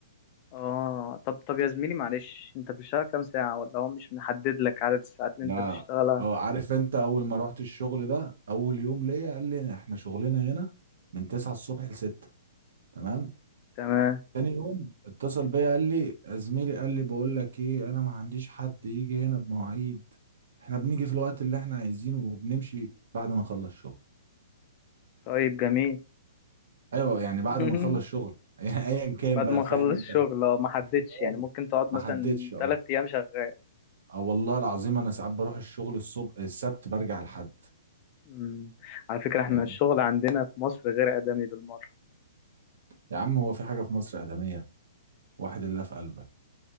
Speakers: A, on the left (about 25°); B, on the right (about 60°).
A: اه طب طب يا زميلي معلش انت بتشتغل كام ساعة ولا هو مش محدد لك عدد الساعات اللي
B: لا
A: انت بتشتغلها
B: اه عارف انت اول ما رحت الشغل ده اول يوم ليا قال لي احنا شغلنا هنا من 9 الصبح ل 6 تمام
A: تمام
B: تاني يوم اتصل بيا قال لي زميلي قال لي بقول لك ايه انا ما عنديش حد يجي هنا بمواعيد احنا بنيجي في الوقت اللي احنا عايزينه وبنمشي بعد ما نخلص شغل
A: طيب جميل
B: ايوه يعني بعد
A: <laughs>
B: ما نخلص شغل <laughs> يعني ايا كان
A: بعد
B: بقى
A: ما
B: فاهم
A: اخلص
B: انت
A: الشغل
B: <laughs>
A: اه ما حددش يعني
B: اه.
A: ممكن تقعد
B: ما
A: مثلا
B: حددش اه
A: تلات ايام شغال
B: اه والله العظيم انا ساعات بروح الشغل الصبح السبت برجع الحد
A: مم. على فكرة احنا
B: فاهم
A: الشغل عندنا في مصر غير آدمي بالمرة
B: يا عم هو في حاجة في مصر آدمية واحد الله في قلبك